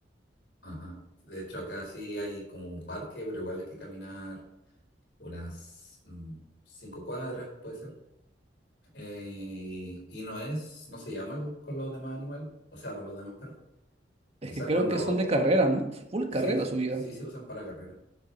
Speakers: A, on the left; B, on the right.
A: ajá. De hecho, acá sí hay como un parque, pero igual hay que caminar unas mm, cinco cuadras, puede ser. Eh, y y no es, no se llama el- con los demás animales, o sea, con los demás perros. Quizás
B: Es que creo
A: cuando
B: que son de carrera, ¿no? Full
A: sí,
B: carrera su vida.
A: sí se usan para carrera